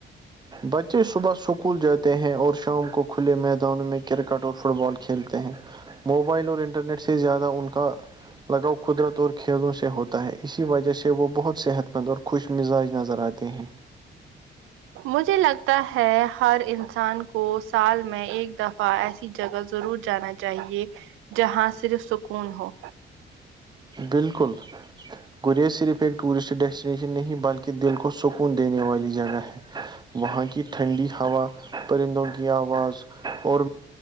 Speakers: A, on the right (about 20°); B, on the right (about 90°).
A: بچے صبح اسکول جاتے ہیں اور شام کو کھلے میدانوں میں کرکٹ اور فٹ بال کھیلتے ہیں موبائل اور انٹرنیٹ سے زیادہ ان کا لگاؤ قدرت اور کھیلوں سے ہوتا ہے اسی وجہ سے وہ بہت صحت مند اور خوش مزاج نظر آتے ہیں
B: مجھے لگتا ہے ہر انسان کو سال میں ایک دفعہ ایسی جگہ ضرور جانا چاہیے جہاں صرف سکون ہو
A: بالکل گریز صرف ایک ایک ٹورسٹ ڈیسٹ اسشن نہیں بلکہ دل کو سکون دینے والی جگہ ہے وہاں کی ٹھنڈی ہوا پرندوں کی آواز اور